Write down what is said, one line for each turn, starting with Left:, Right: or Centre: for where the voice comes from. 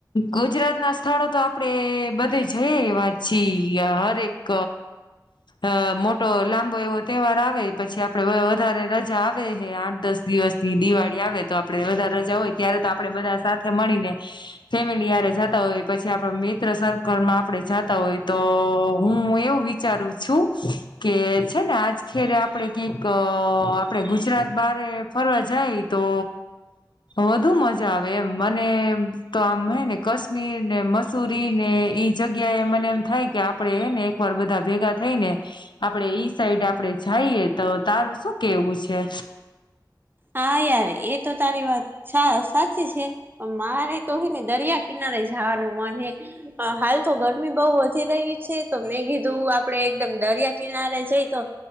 Left: ગુજરાત ના સ્થળો તો આપડે બધે જઈ વા છીએ હરેક. અ મોટો લાંબો એવો તહેવાર આવે પછી આપણે વધારે રજા આવે હ આઠ દસ દિવસની દિવાળી આવે તો આપણે વધારે રજા હોય ત્યારે તો આપણે બધા સાથે મળીને ફેમિલીરે જતા હોય પછી આપડ મિત્ર સર્કલમાં આપે જતા હોય તો હું એવું વિ વિચારું છું કે છે ને આજ ખેરે આપડે કક આપડે ગુજરાત બારે ફરવા જાય તો વધુ મજા આવે એમ મને તો આમ હને કાશ્મીર નેસ્ સુુરી ને ઈ જગ્યા એ મને એમ થાય કે આપડે એ ને એકવાર બધા ભેગા થઈ ને આપડે ઈ સાઈડ આપડે જઈએ તો તાર શું કેવું છે?
Right: હા યાર એ તો તારી વાત હા સાચી છે મારે તો હે ને દરિયા કિનારે જવાનું મન હે. હાલ તો ગરમી બહુ વધી રહી છે તો મેં કીધું આપડે એકદમ દરિયા કિનારે જઈ તો!